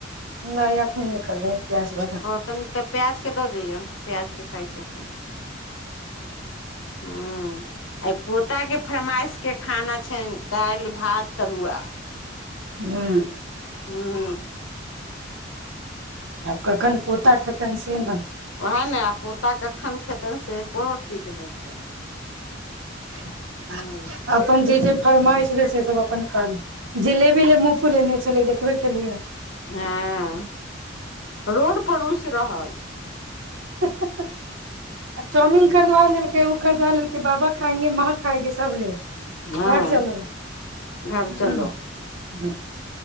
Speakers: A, on the right; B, on the left.
A: नय अखेन निकलय हन प्याज बला
B: ओ तनी तऽ प्याज के दऽ जइयऔ प्याज के खाइ छथिन
A: <inaudible>
B: हुँ आइ पोताकेँ फरमाइश केँ खाना छैन दाइल भात तरुआ
A: हुँ
B: हुँ
A: आब कखन पोता खेतैन से नऽ
B: वैहा नऽ आब पोता कखन खेतन से कोनो ठीक नय छै
A: <inaudible>
B: हुँ
A: अपन जे जे फरमाइश रहै से सब अपन कहल जिलेबी ले मुंह फुलेने छलै देखबे केलियै
B: हँ रोड पर रुइस रहल
A: <unintelligible> आ चाउमिन
B: हूँ
A: खरिदवा लेलकै उ खरिदबा लेलकै बाबा खाएगे माँ खाएगी सब लैल
B: हँ
A: घर चलो
B: घर चलो
A: हुँ हुँ